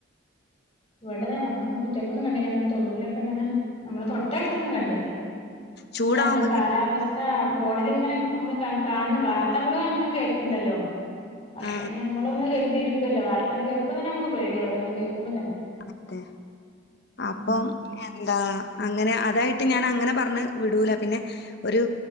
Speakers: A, on the left; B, on the left.
A: ഇവിടെ ഞങ്ങടെ മുറ്റത്തൊന്നും കണ്ടില്ല അങ്ങനെ തൊടുവിലൊക്കെ ഇങ്ങനെ നമ്മളെ തൊട്ടടുത്തൊന്നും കണ്ടില്ലേ
B: ചൂടാവുമ്പോ
A: പക്ഷെ നമ്മള കാലാവസ്ഥ
B: കേ
A: ആ ഫോണിലിങ്ങനെ നമ്മള് കാണ വാർത്ത മ്മള് അങ്ങും കേക്കണു ണ്ടല്ലോ അപ്പൊ
B: ആ
A: തന്നെ നമ്മൊളൊന്നും കരുതിയിരിക്കുവല്ലോ വാർത്ത കേക്കുമ്പോ തന്നെ നമുക്ക് പേടിിയ ഓരോന്ന് കേൾക്കുമ്പോ തന്നെ
B: അതെ അപ്പം
A: ഉം
B: എന്താ അങ്ങനെ അതായിട്ട് മ് ഞാൻ അങ്ങനെ പറഞ് വിടൂല പിന്നെ ഒരു